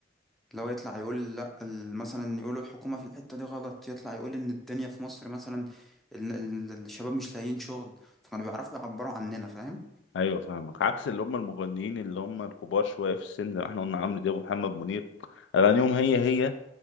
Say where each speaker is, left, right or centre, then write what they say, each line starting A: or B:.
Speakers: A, in the centre; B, on the left.
A: لو يطلع يقول لا ال- مثلا يقولوا الحكومه في الحته دي غلط يطلع يقول ان الدنيا في مصر مثلا ال- ال- الشباب مش لاقيين شغل فكانوا بيعرفوا يعبروا عننا فاهم
B: ايوه فاهمك عكس اللي هم المغنيين اللي هم الكبار شويه في السن زي ما احنا قلنا عمرو دياب ومحمد منير اغانيهم هي هي